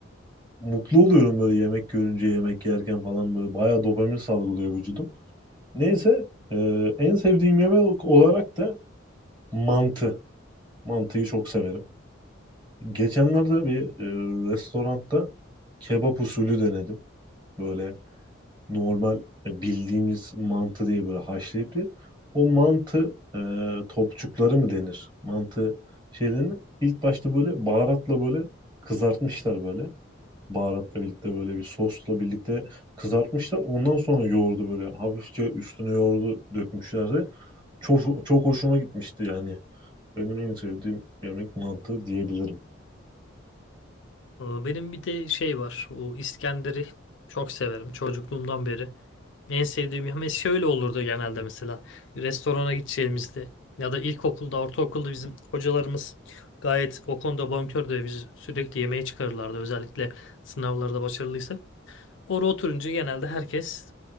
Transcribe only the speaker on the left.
Ee, Benim bir de şey var. O İskender'i çok severim çocukluğumdan beri. En sevdiğim yemek şöyle olurdu genelde mesela. Restorana gideceğimizde ya da ilkokulda, ortaokulda bizim hocalarımız gayet o konuda bonkördü. Biz sürekli yemeğe çıkarırlardı özellikle sınavlarda başarılıysa. Orada oturunca genelde herkes